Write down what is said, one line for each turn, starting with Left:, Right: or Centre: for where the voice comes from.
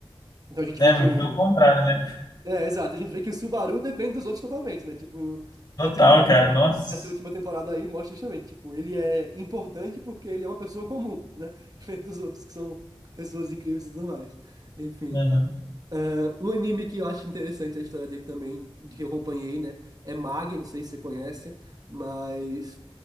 Right: Então a gente
Left: É,
Right: vê que
Left: muito
Right: o...
Left: pelo contrário, né?
Right: É, exato, a gente vê que o Subaru depende dos outros totalmente, né? Tipo,
Left: Total,
Right: tanto que
Left: cara. Nossa.
Right: essa última temporada aí mostra justamente, tipo, ele é importante porque ele é uma pessoa comum, né? <laughs> Diferente dos outros que são pessoas incríveis e tudo mais. Enfim.
Left: Aham.
Right: Ah, um anime que eu acho interessante é a história dele também, de que eu acompanhei, né? É Mag, não sei se você conhece, mas